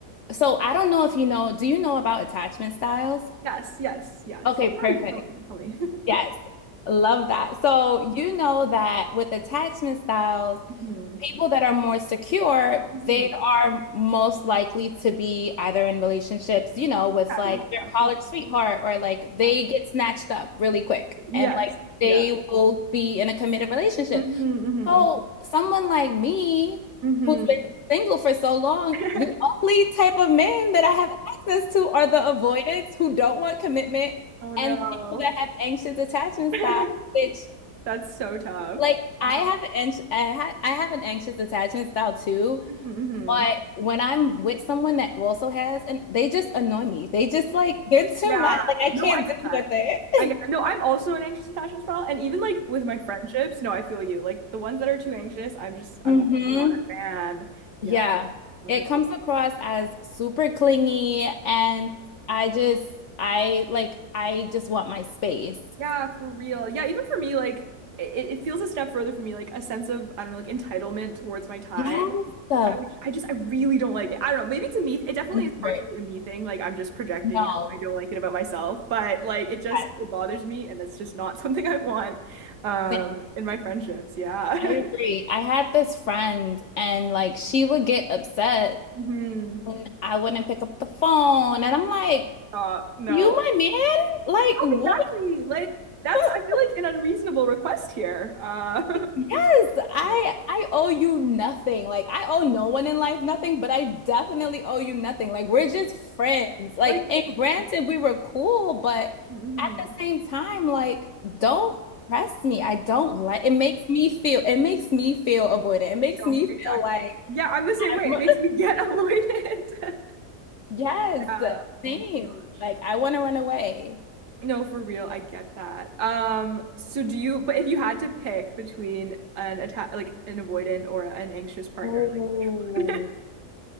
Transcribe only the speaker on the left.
so I don't know if you know, do you know about attachment styles?
Okay,
perfect.
Yes. Love that. So you know that with attachment styles,
people that are more secure,
they are most likely to be either in relationships, you know, with
like
their
college
sweetheart or like they
get snatched up really quick
and like they
will be in a committed relationship.
So someone like me,
who's been single for so long,
the only type of men that I have access to are the avoidants who don't want commitment
and the people that have anxious attachment
style, which
like I
have an anx- I ha I have an anxious attachment style too,
but when I'm with someone that also has and they just annoy me. They just like they're too
much. Like I
can't
deal
with it.
<laughs> hmm
Yeah,
it
comes across as super clingy, and I just, I like, I just want my space.
Yes, the
100.
No,
yes,
same.
I
agree. I had this friend, and like, she would get upset,
and I wouldn't pick up the phone, and I'm like,
"You my man? Like,
what?"
<laughs>
Yes, I
I owe you nothing. Like I owe no one in life nothing, but I definitely owe you nothing. Like we're just friends. Like
and granted we were cool, but
at the same time, like don't press me. I don't like it makes me feel it makes me feel avoided. It makes
me feel
like
I'm
<laughs> yes,
same.
Like I want to run away.
Oh.